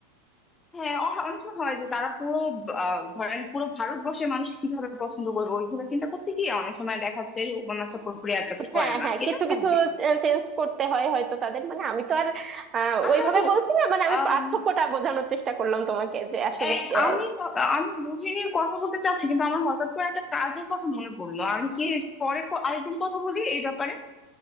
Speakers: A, on the left; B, on the right.
A: হ্যাঁ অ- অনেক সময় হয় যে তারা পুরো আহ, ধরেন পুরো ভারতবর্ষের মানুষ কিভাবে পছন্দ করবে ওইগুলো চিন্তা করতে গিয়ে অনেক সময় দেখা যায় যে উপন্যাসটা পুরোপুরি অ্যাডাপ্ট
B: হ্যাঁ
A: করে না
B: হ্যাঁ
A: এটা
B: কিছু
A: স্বাভাবিক
B: কিছু চেঞ্জ করতে হয় হয়তো তাদের মানে আমি তো আর আহ,
A: আচ্ছা
B: ওইভাবে
A: আপু
B: বলছি না মানে আমি
A: আম,
B: পার্থক্যটা বোঝানোর চেষ্টা করলাম তোমাকে যে আসলে
A: এ-
B: আহ,
A: আমি হ- আমি মুভি নিয়ে কথা বলতে চাচ্ছি কিন্তু আমার হঠাৎ করে একটা কাজের কথা মনে পড়লো আমি কি পরে ক- আরেকদিন কথা বলি এই ব্যাপারে